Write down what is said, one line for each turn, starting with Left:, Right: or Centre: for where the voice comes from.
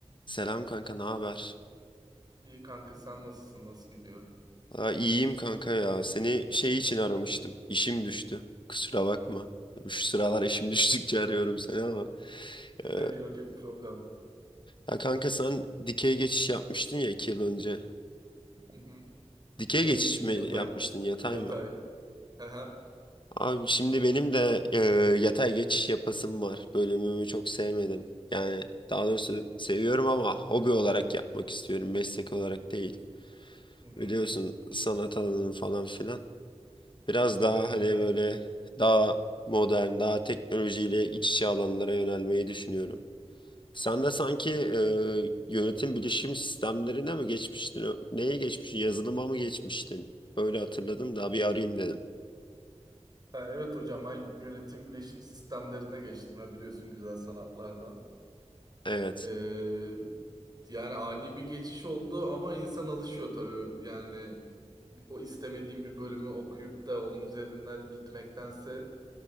Left: Selam kanka, ne haber?
Right: İyi kanka sen nasılsın? Nasıl gidiyor?
Left: Aa, iyiyim kanka ya. Seni şey için aramıştım. İşim düştü. Kusura bakma. Şu sıralar işim <laughs> düştükçe arıyorum seni ama.
Right: <laughs>
Left: Ee,
Right: Yok yok problem değil.
Left: ya kanka sen dikey geçiş yapmıştın ya iki yıl önce.
Right: Hı hı.
Left: Dikey
Right: Dikey
Left: geçiş
Right: değil
Left: mi
Right: yatay.
Left: yapmıştın, yatay
Right: Yatay.
Left: mı?
Right: Hı hı.
Left: Abi şimdi benim de e, yatay geçiş yapasım var. Bölümümü çok sevmedim. Yani daha doğrusu seviyorum ama hobi olarak yapmak istiyorum. Meslek olarak değil.
Right: Hı hı.
Left: Biliyorsun sanat alanı falan filan. Biraz daha
Right: Evet
Left: hani
Right: evet.
Left: böyle daha modern, daha teknolojiyle iç içe alanlara yönelmeyi düşünüyorum. Sen
Right: Hı hı.
Left: de sanki e, yönetim bilişim sistemlerine mi geçmiştin? Ö- Neye geçmiştin? Yazılıma mı geçmiştin? Öyle hatırladım da bir arayayım dedim.
Right: Ha, evet hocam ben yönetim bilişim sistemlerine geçtim. Ya, biliyorsun güzel sanatlardan.
Left: Evet.
Right: Ee, yani ani bir geçiş oldu ama insan alışıyor tabii. Yani o istemediğim bir bölümü okuyup da onun üzerinden gitmektense